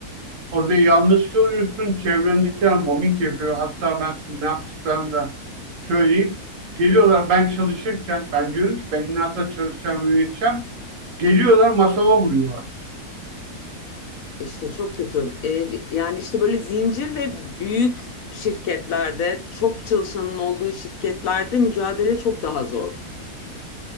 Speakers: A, on the right; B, on the left.
A: orada yalnız kalıyorsun. Çevrendekiler mobbing yapıyor. Hatta ben size ne yaptıklarını da söyleyeyim. Geliyorlar ben çalışırken ben diyorum ki ben inatla çalışacağım, üreteceğim. Geliyorlar masama vuruyorlar.
B: işte çok kötü. E, yani işte böyle zincir ve büyük şirketlerde çok çalışanın olduğu şirketlerde mücadele çok daha zor.